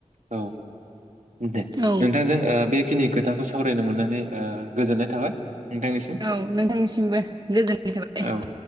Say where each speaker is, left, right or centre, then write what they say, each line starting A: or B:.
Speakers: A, on the right; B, on the right.
A: औ दे
B: औ
A: नोंथांजों ओ बेखिनि खोथा दा सावरायनो मोननानै ओ गोजोननाय थाबाय। नोंथांनिसिम।
B: औ नोंथांनिसिमबो। गोजोननाय थाबाय।
A: औ औ